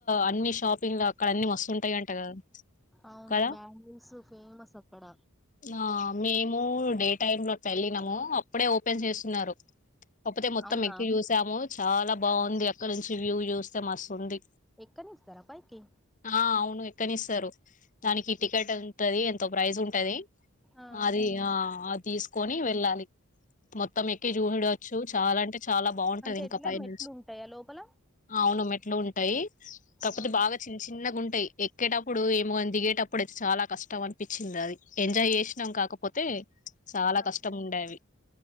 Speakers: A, on the left; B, in the centre.
A: అన్ని షాపింగ్ల్ అక్కడ అన్ని మస్తుంటాయి అంట కదా
B: అవును
A: కదా?
B: బ్యాంగిల్స్ ఫేమస్ అక్కడ
A: ఆ మేము డే టైమ్ లో వెళ్ళినము అప్పుడే ఒపెన్ చేస్తున్నారు కాకపోతే మొత్తం
B: అవునా
A: ఎక్కి చూసాము చాలా బాగుంది అక్కడ నుంచి వ్యూ చూస్తే మస్తు ఉంది
B: ఎక్కనిస్తారా పైకి
A: ఆ అవును ఎక్కనిస్తారు. దానికి టికెట్ ఉంటది ఎంతో ప్రైజ్ ఉంటది
B: ఆ
A: అది ఆ అది తీసుకొ ని వెళ్ళాలి. మొత్తం ఎక్కి చూహడవచ్చు చాలా అంటే చాలా బాగుంటది
B: అంటే
A: ఇంకా
B: ఎట్లా
A: పై
B: మెట్లు
A: నుంచి
B: ఉంటాయా లోపల
A: అవును మెట్లు ఉంటాయి కాకపోతే
B: ఆ
A: బాగా చిన్న చిన్నగా ఉంటాయి ఎక్కేటప్పుడు ఏమో గాని దిగేటప్పుడు ఐతే చాలా కష్టం అనిపిచ్చింది అది ఎంజాయ్ చేసినాం కాకపోతే చాలా
B: ఆహా
A: కష్టం ఉండే అవి